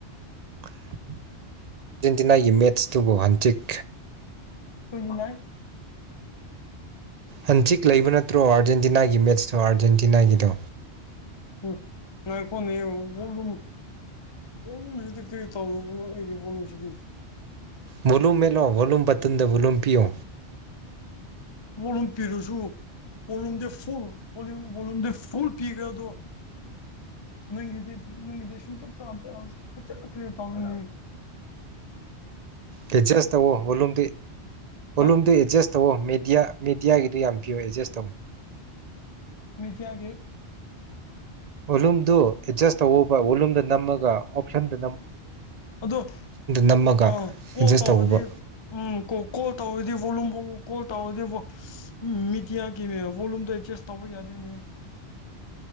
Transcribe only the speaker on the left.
<unintelligible>
<unintelligible> ꯑꯩꯒꯤ ꯕꯣꯜꯂꯨꯝꯁꯤꯗꯤ
ꯄꯣꯂꯨꯝ ꯄꯤꯔꯨꯁꯨ ꯄꯣꯂꯨꯝꯗꯤ ꯐꯨ ꯄꯣꯂꯨꯝ ꯚꯣꯂꯨꯝꯗ ꯐꯨꯜ ꯄꯤꯈ꯭ꯔꯦꯗꯣ ꯅꯪꯒꯤꯗꯤ ꯅꯪꯒꯤꯗꯤ ꯁꯨꯝꯇꯞ ꯇ ꯇ ꯐꯖꯅ ꯀ꯭ꯂꯤꯔ ꯇꯥꯒꯤꯅꯦ
ꯍꯥ
ꯃꯤꯗꯤꯌꯥꯒꯤ
ꯑꯗꯨ
ꯑꯣ ꯀꯣꯜ
ꯇꯧꯔꯗꯤ
ꯎꯝ ꯀꯣꯜ ꯇꯧꯔꯗꯤ ꯚꯣꯂꯨꯝ ꯑꯃꯛ ꯀꯣꯜ ꯇꯧꯔꯗꯤ ꯃꯤꯗꯤꯌꯥꯒꯤ ꯕꯣꯂꯨꯝꯗꯣ ꯑꯦꯠꯆꯦꯁ ꯇꯧꯕ ꯌꯥꯗꯦꯅꯦ